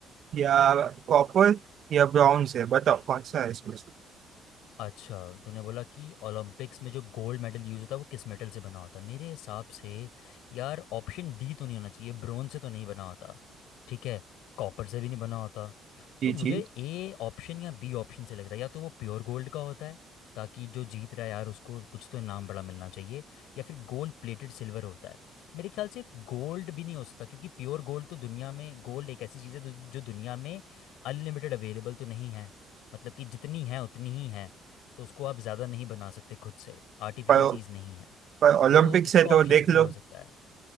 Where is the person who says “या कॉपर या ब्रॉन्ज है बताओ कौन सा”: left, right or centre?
Right